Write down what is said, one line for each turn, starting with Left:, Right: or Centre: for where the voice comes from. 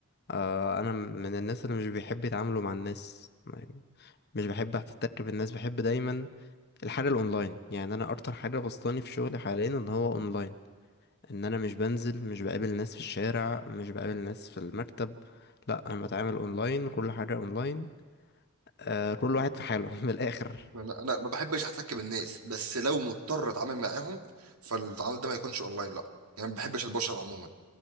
Left: آه انا من الناس اللي مش بيحب يتعاملوا مع الناس يعني مش بحب احتك بالناس بحب دايما الحاجة الاونلاين يعني انا اكتر حاجة بسطاني في شغلي حاليا ان هو اونلاين ان انا مش بنزل مش بقابل ناس في الشارع مش بقابل ناس في المكتب لا انا بتعامل اونلاين كل حاجة اونلاين آه كل واحد في حاله <laughs> من الاخر
Right: انا انا ما بحبش احتك بالناس بس لو مضطر اتعامل معاهم فالتعامل ده ما يكونش اونلاين لا يعني ما بحبش البشر عموما